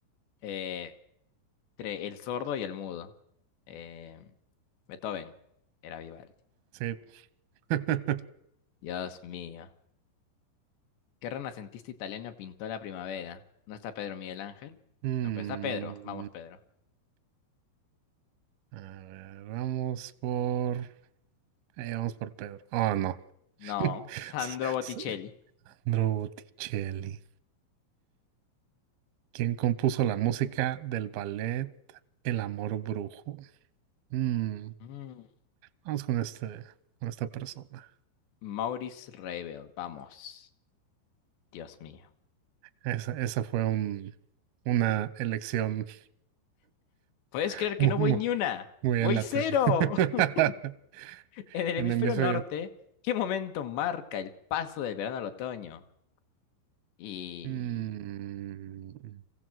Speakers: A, on the left; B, on the right.
A: eh, entre el sordo y el mudo. Eh, Beethoven era Vivaldi.
B: Sí. <laughs>
A: Dios mío. ¿Qué renacentista italiano pintó la primavera? ¿No está Pedro Miguel Ángel?
B: Mm,
A: No, pero está Pedro. Vamos, Pedro.
B: a ver, vamos por. eh, vamos por Pedro. Oh, no.
A: No,
B: <laughs>
A: Sandro Botticelli.
B: Sandro Botticelli. ¿Quién compuso la música del ballet El Amor Brujo? Mm.
A: Mm,
B: Vamos con este, con esta persona.
A: Maurice Ravel. Vamos. Dios mío.
B: Esa, esa fue un, una elección
A: ¿Puedes
B: <laughs>
A: creer que
B: muy,
A: no
B: muy,
A: voy ni una?
B: muy
A: ¡Voy
B: alata.
A: cero!
B: <laughs>
A: <laughs> En el
B: En
A: hemisferio
B: el hemisferio.
A: norte, ¿qué momento marca el paso del verano al otoño? Y
B: Mm,